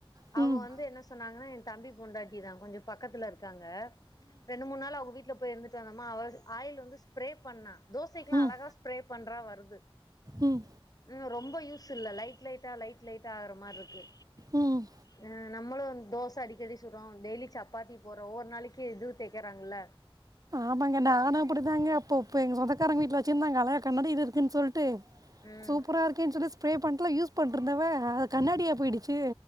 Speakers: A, on the right; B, on the left.
A: ம்
B: அவுங்க வந்து என்ன சொ சொன்னாங்கன்னா எ தம்பி பொண்டாட்டி தா கொஞ்சோ பக்கத்துல இருக்காங்க ரெண்டு மூணு நாள் அவுங்க வீட்ல போய் இருந்துட்டு வந்தோம்மா அவ ஆயில் வந்து ஸ்ப்ரே பண்ணா தோசைக்லா
A: ம்
B: அழகா ஸ்ப்ரே பண்றா வருது
A: ம்
B: ம் ரொம்ப யூஸ் இல்ல லைட் லைட்டா லைட் லைட்டா ஆகுற மார்ருக்கு
A: ம்
B: அ நம்மளு வந் தோச அடிக்கடி சுடுறோ டெய்லி சப்பாத்தி போடுறோ ஒரு நாளைக்கு இது தேக்கறாங்கள
A: ஆமாங்க நானு அப்படிதாங்க அப்போ இப்போ எங்க சொந்தக்காரங்க வீட்ல் வச்சிருந்தாங்க அழ கண்ணாடி இரு இருக்குன் சொல்ட்டு
B: ம்
A: சூப்பரா இருக்கேன் சொல்லி ஸ்ப்ரே பண்ட்லா யூஸ் பண்ட்ருந்தவ அது கண்ணாடியா போயிடுச்சு